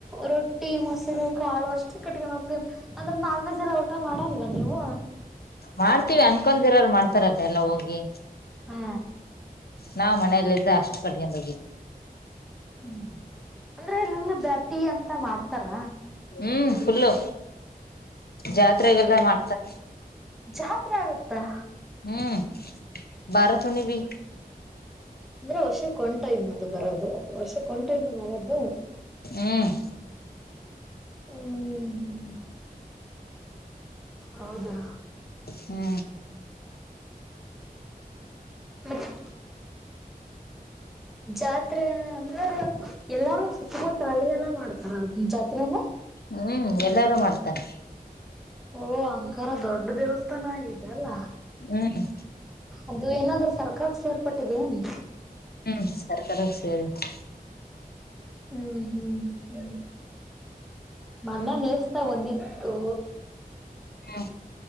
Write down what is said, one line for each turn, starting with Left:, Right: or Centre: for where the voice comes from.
Centre: ರೊಟ್ಟಿ ಮೊಸರು ಕಾಳು ಅಷ್ಟು <unintelligible> ಕಟ್ಟಕತ ಅಂದ್ರ ನಾಲ್ವೇ ಜಲ ಊಟ ಮಾಡಲ್ವಾ ನೀವು
Left: ಮಾಡ್ತೀವಿ ಅನ್ಕೊಂಡಿರೋರು ಮಾಡ್ತಾರಲ್ಲ ಎಲ್ಲ ಹೋಗಿ
Centre: ಹಾ
Left: ನಾವ್ ಮನೆಲಿಂದ ಅಷ್ಟ್ ಕಟ್ಕೊಂಡ್ ಹೋಗಿದ್
Centre: ಹ್ಮ್ ಅಂದ್ರೆ <unintelligible> ಎಲ್ಲಂದ ಬ್ಯಾಟಿ ಅಂತ ಮಾಡ್ತಾರ
Left: ಹ್ಮ್ ಫುಲ್ಲು ಜ ತ್ರೆ ಗೆಲ್ಲ ಮಾಡ್ತಾರೆ
Centre: ಜಾತ್ರೆ ಆಗತ್ತಾ
Left: ಹ್ಮ್ ಬಾರತ್ ಹುಣಬಿ
Centre: ಅಂದ್ರೆ ವರ್ಷಕ್ಕೆ ಒಂದ್ ಟೈಮ್ ಅದು ಬರೋದು ವರ್ಷಕ್ಕೆ ಒಂದ್ ಟೈಮ್ ಅ ಆಗೋದು
Left: ಹ್ಮ್
Centre: ಹ್ಮ್ ಹೌದಾ
Left: ಹ್ಮ್
Centre: ಹೌದು <inaudible> ಜಾತ್ರೆ ಅಂದ್ರೆ ಎಲ್ಲಾರೂ ಸುತ್ತಮುತ್ತ ಹಳ್ಳಿ ಎಲ್ಲ ಮಾಡ್ತಾರ ಜಾತ್ರೆಯನ
Left: ಹ್ಮ್ ಎಲ್ಲಾರೂ ಮಾಡ್ತಾರೆ
Centre: ಓ ಅಂಕಾರ ದೊಡ್ ದೇವಸ್ಥಾನ ಆಗಿದೆ ಅಲ್ಲ
Left: ಹ್ಮ್
Centre: ಅದು ಏನಾದ್ರೂ ಸರ್ಕಾರಾಕ್ ಸೇರ್ಪಟ್ಟಿದೆ ಎನ್
Left: ಹ್ಮ್ ಸರ್ಕಾರಾಕ್ ಸೇರಿದೆ
Centre: ಹ್ಮ್ ಹ್ಮ್ ಹ್ಮ್ ಮನ್ನ ನೆಸ್ತಾ ಒಂದಿತ್ತು
Left: ಹಾ